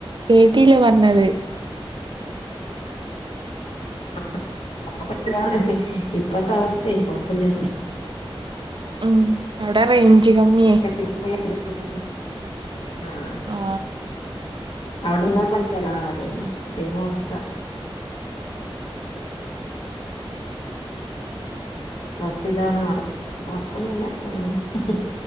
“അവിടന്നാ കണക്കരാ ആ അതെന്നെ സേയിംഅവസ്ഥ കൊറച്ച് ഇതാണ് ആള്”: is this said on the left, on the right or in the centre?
Left